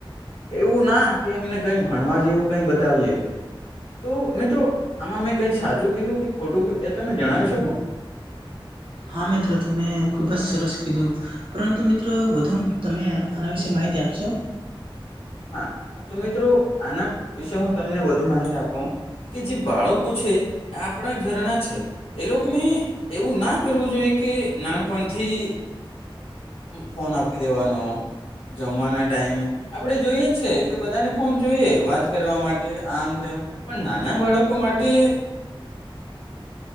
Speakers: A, on the left; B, on the right.
A: એવું ના કે એમને કઈ ભણવા જેવું કઈ બતાવીએ. તો મિત્રો આમાં મેં કંઈ સાચું કીધું કે ખોટું કધું એ તમે જણાવી શકો?
B: હા મિત્રો તમે ખુબ જ સરસ કીધું પરંતુ મિત્રો વધુ તમે આના વિશે માહિતી આપશો.
A: હા તો મિત્રો આના વિશે હું તમને વધુ માહિતી આપું. કે જે બાળકો છે આપણા ઘરના છે. એ લોકોને એવું ના કરવું જોઈએ કે નાનપણથી ફોન આપી દેવાનો જમવાના ટાઈમે આપડે જોઈએ જ છે કે બધાને ફોન જોઈએ વાત કરવા માટે આમ તેમ પણ નાના બાળકો માટે